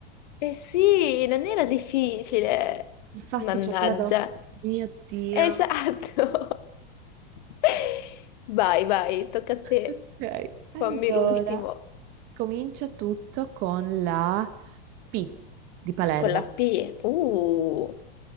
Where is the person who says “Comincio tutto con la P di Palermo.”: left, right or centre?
Right